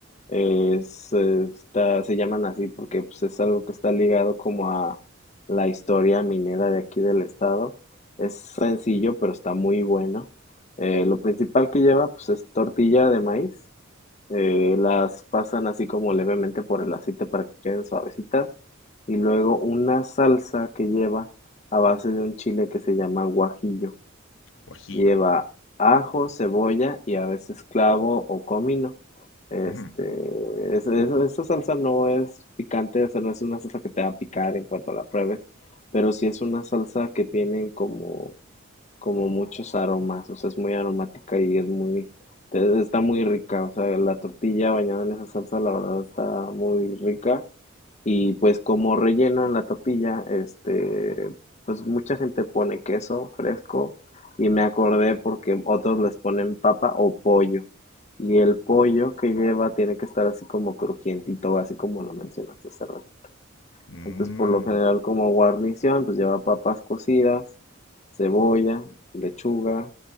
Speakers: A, on the left (about 35°); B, on the left (about 70°).
A: Es, está, se llaman así porque pues, es algo que está ligado como a la historia minera de aquí del estado. Es sencillo, pero está muy bueno. Eh, lo principal que lleva, pues, es tortilla de maíz eh, las pasan así como levemente por el aceite para que queden suavecitas y luego una salsa que lleva a base de un chile que se llama guajillo.
B: Guajillo.
A: Lleva ajo, cebolla y a veces clavo o comino. Este,
B: Ujú.
A: es- es- esa salsa no es picante, o sea, no es una salsa que te va a picar en cuanto la pruebes, pero sí es una salsa que tienen como como muchos aromas, o sea, es muy aromática y es muy, te- está muy rica, o sea, la tortilla bañada en esa salsa, la verdad está muy rica. Y pues como relleno en la tortilla, este, pues mucha gente pone queso fresco y me acordé porque otros les ponen papa o pollo. Y el pollo que lleva tiene que estar así como crujientito, así como lo mencionaste hace rato.
B: Mm.
A: Entonces, por lo general, como guarnición, pues lleva papas cocidas, cebolla, lechuga